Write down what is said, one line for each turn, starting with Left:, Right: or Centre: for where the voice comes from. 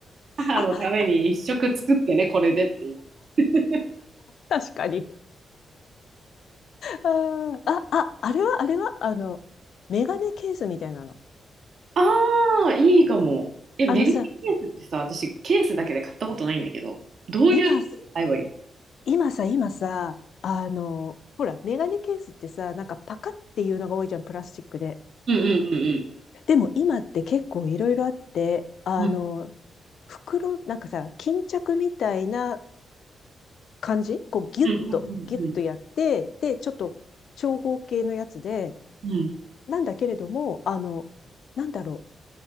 Right: 母のために一食作ってね、
Left: あ、
Right: これでっていう。<laughs>
Left: 確かに。あー、あ、ああれは、あれは、あの、メガネケースみたいなの。
Right: ああ、いいかも。え、メガネケースってさ、
Left: あのさ、
Right: 私ケースだけで買ったことないんだけど、どういう時に買えばいいの
Left: 今、今さ、今さ、あの、ほら、メガネケースってさ、なんかパカっていうのが多いじゃん、プラスチックで。
Right: うんうんうん
Left: でも今って結構いろいろあって、あの、
Right: うん。うん
Left: 袋、なんかさ、巾着みたいな感じこうギュッと、
Right: うんうんうん
Left: ギュッとやって、で、ちょっと長方形のやつで、
Right: うん。
Left: なんだけれども、あの、なんだろう、